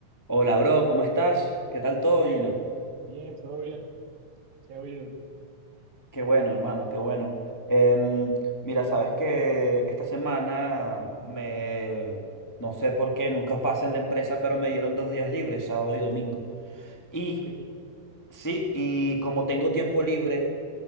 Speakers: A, in the centre; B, on the right.
A: Hola, bro, ¿cómo estás? ¿Qué tal todo,
B: Bien,
A: Gino?
B: bien, todo bien. ¿Qué ha habido?
A: Qué bueno, hermano, qué bueno. Em, mira, sabes que esta semana me, no sé por qué, nunca pasa en la empresa, pero me dieron dos días libres, sábado y domingo. Y
B: Ok,
A: sí, y como tengo tiempo libre,